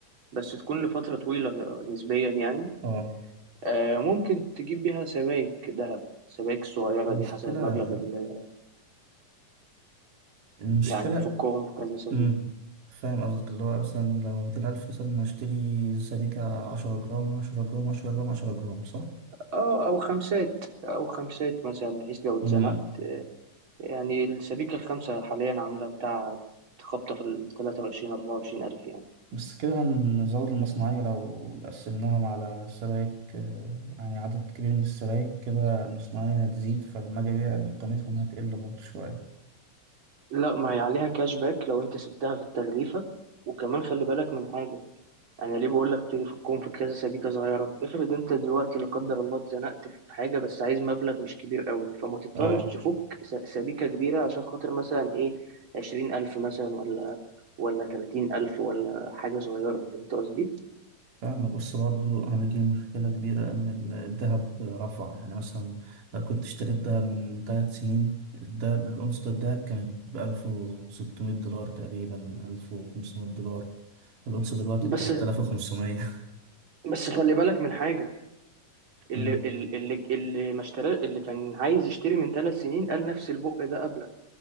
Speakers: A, on the right; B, on the right.
A: بس تكون لفتره طويله نسبيا يعني
B: اه
A: آه، ممكن تجيب بيها سبائك ذهب السبائك الصغيره
B: المشكلة
A: دي حسب المبلغ اللي
B: المشكلة
A: يعني تفكهم في كذا سبيك
B: امم فاهم قصدك اللي هو مثلا لو ميتين ألف مثلا هشتري سبيكة عشرة جرام عشرة جرام عشرة جرام عشرة جرام صح؟
A: اه او خمسات او خمسات مثلا بحيث لو اتزنقت
B: امم
A: يعني الشبيكة الخامسة حاليا عاملة بتاع خبطة في ال 23 24 ألف يعني
B: بس كده هنزود المصنعية لو قسمناهم على سبائك آه، يعني عدد كبير من السبائك كده المصنعية هتزيد فلما أجي أبيع قيمتهم هتقل برضه شوية
A: لا ما هي عليها كاش باك لو أنت سبتها في التغليفة وكمان خلي بالك من حاجة أنا ليه بقول لك تفكهم في كذا سبيكة صغيرة افرض أنت دلوقتي لا قدر الله اتزنقت في حاجة بس عايز مبلغ مش كبير قوي فما تضطرش
B: اه
A: تفك س- سبيكة كبيرة عشان خاطر مثلا إيه 20 ألف مثلا ولا ولا 30 ألف ولا حاجة صغيرة فهمت قصدي؟
B: فعلا بص برضو هنيجي لمشكلة كبيرة إن الذهب رفع يعني مثلا لو كنت اشتريت دهب من ثلاث سنين الدهب الأونصة الدهب كانت بألف وستمية دولار تقريبا ألف وخمسمية دولار الأونصة دلوقتي
A: بس
B: بتلات آلاف وخمسمية
A: بس خلي بالك من حاجة اللي
B: مم.
A: اللي اللي ما اشترى اللي كان عايز يشتري من ثلاث سنين قال نفس البق ده قبلك